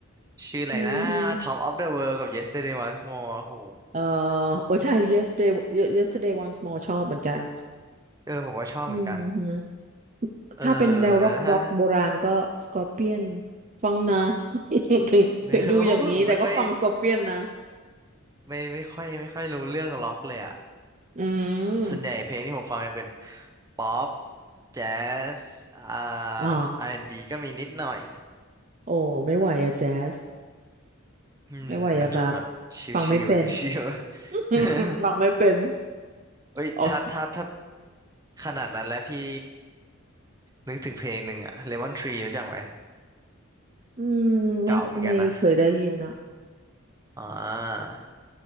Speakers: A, on the right (about 15°); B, on the right (about 35°).
A: ชื่ออะไรนะ
B: อืมฮึ
A: Top of the World กับ Yesterday Once More โอ้โห
B: เอ่อโอ้ใช่ yesterday yesterday once more ชอบเหมือนกัน
A: เออผมก็ชอบเหมือนกัน
B: อืมฮึ
A: เออ
B: ถ้าเป็นแนวร็อกร็อกโบราณก็สกอร์เปียน
A: ถ้า <laughs>
B: ฟังนะ
A: โอ้โห
B: <laughs> ถึงถึงดูอย่างนี้แต่ก็ฟังสกอร์เปียนนะ
A: ไม่ <laughs> ผมไม่ค่อยไม่ไม่ค่อยไม่ค่อยรู้เรื่องล็อกเลยอ่ะ
B: อืม
A: ส่วนใหญ่เพลงที่ผมฟังจะเป็นป๊อปแจ๊สอ่า
B: อ๋อ
A: อาร์แอนด์บ b ก็มีนิดหน่อย
B: โอ้ไม่ไหวอะแจ๊ส
A: อืมมันแบบชิวๆชิว
B: ไม่ไหวอะครับฟังไม่เป็น <laughs>
A: ๆ <laughs>
B: ฟังไม่เป็น
A: เอ้ยถ้าถ้าถ้า
B: ออก
A: ขนาดนั้นแล้วพี่นึกถึงเพลงหนึ่งอะ Lemon Tree รู้จักไหม
B: อืมไม่ไม่เคยได้ยินอะ
A: เก่าเหมือนกันนะอ่า